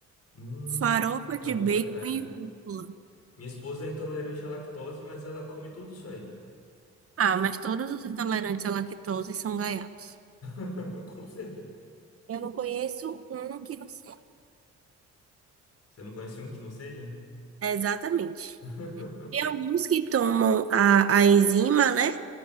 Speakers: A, on the left; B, on the right.
A: Hum,
B: farofa de
A: tá bom
B: bacon
A: pra caramba.
B: e rúcula.
A: Minha esposa é intolerante à lactose, mas ela come tudo isso aí.
B: Ah, mas todos os intolerantes à lactose são gaiatos.
A: <laughs> Com certeza.
B: Eu não conheço um que não seja.
A: Você não conhece um que não seja?
B: Exatamente.
A: <laughs>
B: Tem alguns que tomam a, a enzima, né?